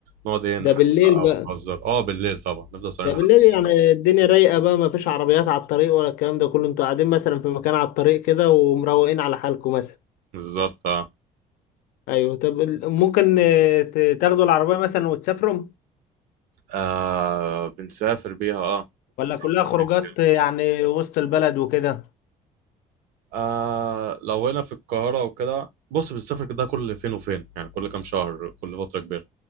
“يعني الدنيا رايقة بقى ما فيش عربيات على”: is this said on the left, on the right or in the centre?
Left